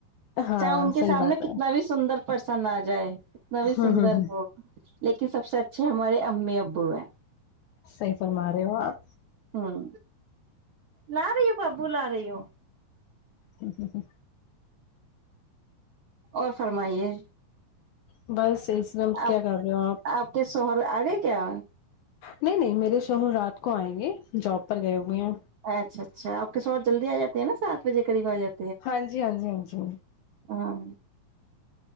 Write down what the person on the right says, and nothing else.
چاہ ان کے
سامنے
کتنا
بھی سندر پسند آ جائے کتنا بھی
سندر
ہوگا لیکن سب سے اچھے ہمارے امی ابو ہیں
ہاں لا رہی پاب بلا رہی ہو
اور فرمائیے
آپ
آپ کے شوہر آگئے کیا
اچھا اچھا اک س اور جلدی آ جاتی ہے نا سات بجے قریب آ جات
ہاں